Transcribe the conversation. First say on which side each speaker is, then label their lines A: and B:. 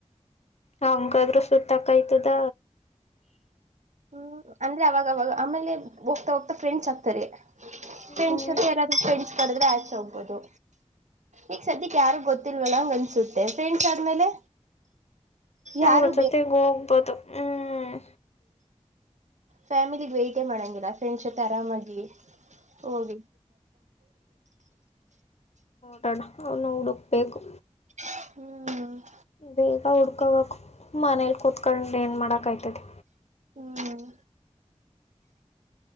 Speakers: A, on the left; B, on the right.
A: ಹಂಗಾದ್ರೂ ಸುತ್ತಾಕಯ್ತದ
B: ಹ್ಮ್ ಅಂದ್ರೆ ಅವಾಗವಾಗ ಆಮೇಲೆ ಹೋಗ್ತಾ ಹೋಗ್ತಾ ಫ್ರೆಂಡ್ಸ್ ಆಗ್ತಾರೆ ಫ್ರೆಂಡ್ಸ್
A: ಹ್ಮ್
B: ಜತೆ ಯಾರಾದೂ ಫ್ರೆಂಡ್ಸ್ ಕದ್ರೆ ಆಚೆ ಹೋಗ್ಬೋುದು ಈಗ ಸದ್ಯಕ್ಕೆ ಯಾರು ಗೊತ್ತಿಲ್ವಲ್ಲ ಹಂಗ ಅನ್ಸುತ್ತೆ ಫ್ರೆಂಡ್ಸ್ ಆದ್ಮೇಲೆ ಯಾರು
A: ಅವ್ರ ಜೊತೆಗ ಹೋಗ್ಬೋದು ಹ್ಮ್
B: ಫಾಮ ಬೆಯಟೇ ಮಾಡಂಗಿಲ್ಲ ಫ್ರೆಂಡ್ಪ್ ಆರಾಮಾಗಿಿ ಹೋಗ
A: ನೋಡೋಣ ನೋಡಕ್ಬೇಕು
B: ಹ್ಮ್
A: ಬೇಗ ಹಡ್ಕಬೇಕು ಮನೇಲಿ ಕುೂತ್ಕೊಂಡ್ರ ಏನ್ ಮಾಡಾಕಾಯ್ತದೆ
B: ಹ್ಮ್